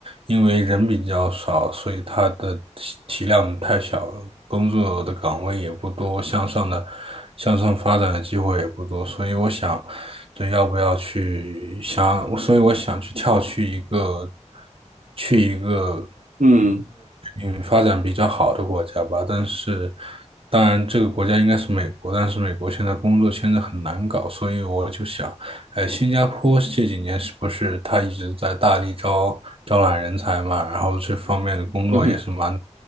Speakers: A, on the right; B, on the right.
A: 因为人比较少，所以它的体体量太小了，工作的岗位也不多，向上的向上发展的机会也不多，所以我想。对，要不要去想？所以我想去跳去一个去一个
B: 嗯
A: 嗯发展比较好的国家吧。但是，当然这个国家应该是美国，但是美国现在工作签证很难搞，所以我就想，哎，新加坡这几年是不是他一直在大力招招揽人才嘛？然后这方面的工作也是蛮多
B: 嗯哼